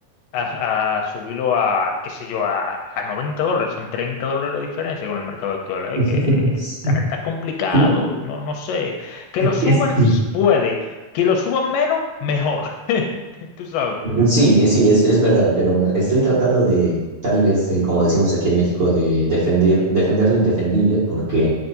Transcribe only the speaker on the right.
<laughs>
Sí,
es que
Sí, sí, es, es verdad, pero estoy tratando de, tal vez, de, como decimos aquí en México, de defender, defender lo indefendible, porque